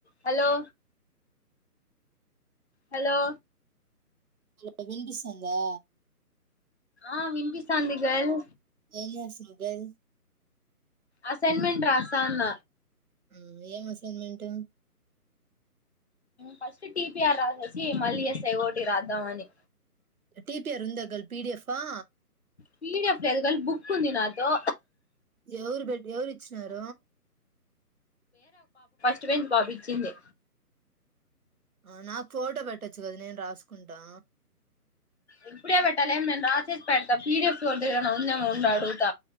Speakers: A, on the left; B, on the right.
A: Hello hello
B: hello వినిపిస్తుందా
A: ఆ వినిపిస్తాది గర్ల్
B: ఏం చేస్తున్నావ్ గల్
A: అసైన్మెంట్ రాస్తన్న
B: ఆ ఏం అసైన్మెంట్
A: ఫస్ట్ టిపిఆర్ రాసేసి మళ్ళీ ఎస్ ఐ ఓ టి రాద్దామని
B: టిపిఆర్ ఉందగ పిడిఎఫ్ ఆ
A: పీడిఎఫ్ తెల్గల్ బుక్ ఉంది నాతో
B: ఎవరు బట్ ఎవరు ఇచ్చినార
A: ట్వె బాబ జిందంది
B: ఆ నాకు ఫోటో పెట్టొచ్చు కదా నేను రాసుకుంటా
A: ఇప్పుడే పెట్టాలేం నేను రాసేసి పెడత పిడిఫ్ ఫోర్ దగ్గర ఉందేమ ఉండుత